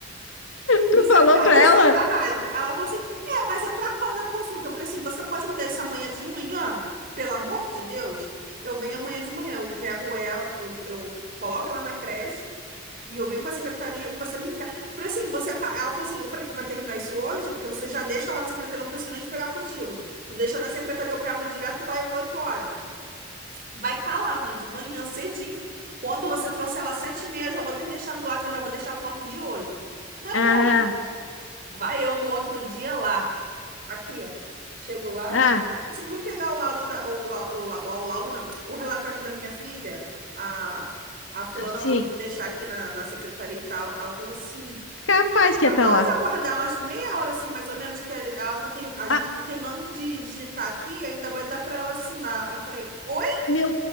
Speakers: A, on the right; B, on the left.
A: Você
B: tu falou
A: tá
B: para
A: de
B: ela?
A: sacanagem. Ela falou assim: É, mas é pra quando a consulta? Eu falei assim: Você pode me dar isso amanhã de manhã? Pelo amor de Deus. Eu venho amanhã de manhã. Eu pego ela, eu, eu coloco ela na creche e eu venho pra secretaria e você me entrega. Eu falei assim: Você. ca- Ela falou assim: Eu falei, tu vai terminar isso hoje? Porque você já deixa lá na secretaria, não preciso nem te pegar contigo. Tu deixa na secretaria, eu pego direto lá e vou embora. Vai estar tá lá, mãe, de manhã cedinho. Quando você trouxer ela às sete e meia, eu já vou ter deixado lá, que eu já vou deixar pronto de hoje. Tá
B: Ah,
A: bom. Vai eu no outro dia lá. Aqui. ó. Chego lá.
B: ah,
A: Você vim pegar o laudo da, o, lau- o, lau- o laudo, não. O relatório da minha filha. A, a fulana
B: sim.
A: falou que ia deixar aqui na, na secretaria e tal. Ela falou assim:
B: Capaz que
A: pode
B: ia estar lá.
A: aguardar umas meia hora, assim, mais ou menos, que ela tá ter- a gente
B: Ah,
A: tá terminando de digitar aqui e ainda vai dar pra ela assinar. Eu falei, oi?
B: meu,